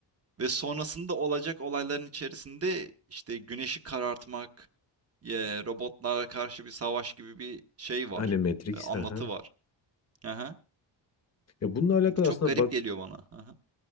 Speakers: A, on the right; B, on the left.
A: Ve sonrasında olacak olayların içerisinde işte güneşi karartmak, ye, robotlara karşı bir savaş gibi bir şey var.
B: Hani Matrix.
A: e, anlatı
B: Hı hı.
A: var. Aha.
B: Ya bununla alakalı
A: Bu çok
B: aslında
A: garip
B: bak
A: geliyor bana. Aha.